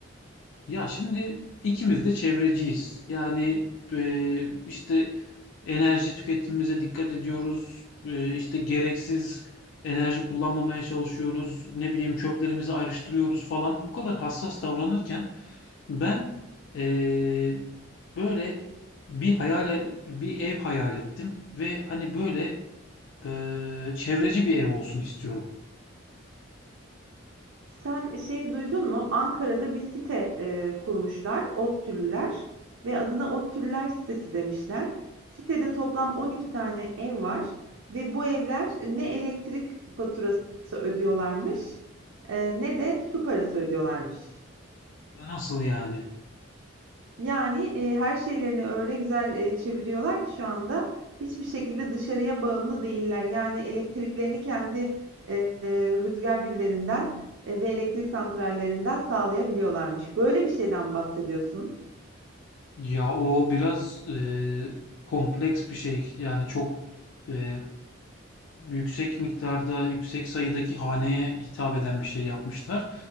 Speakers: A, on the left; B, on the right.
A: Ya şimdi ikimiz de çevreciyiz. Yani e, işte enerji tüketimimize dikkat ediyoruz. E, işte gereksiz enerji kullanmamaya çalışıyoruz. Ne bileyim çöplerimizi ayrıştırıyoruz falan. Bu kadar hassas davranırken ben e, böyle bir hayal bir ev hayal ettim ve hani böyle e, çevreci bir ev olsun istiyorum.
B: Sen şeyi duydun mu? Ankara'da bir site e, kurmuşlar, ODTÜ'lüler ve adına ODTÜ'lüler sitesi demişler. Sitede toplam 12 tane ev var ve bu evler ne elektrik faturası ödüyorlarmış, e, ne de su parası ödüyorlarmış.
A: Nasıl yani?
B: Yani, eee, her şeylerini öyle güzel, eee, çeviriyorlar ki şu anda hiçbir şekilde dışarıya bağımlı değiller. Yani elektriklerini kendi, eee, rüzgâr güllerinden, eee, ve elektrik santrallerinden sağlayabiliyorlarmış. Böyle bir şeyden mi bahsediyorsun?
A: Ya o biraz eee, kompleks bir şey. Yani çok eee, yüksek miktarda, yüksek sayıdaki haneye hitap eden bir şey yapmışlar.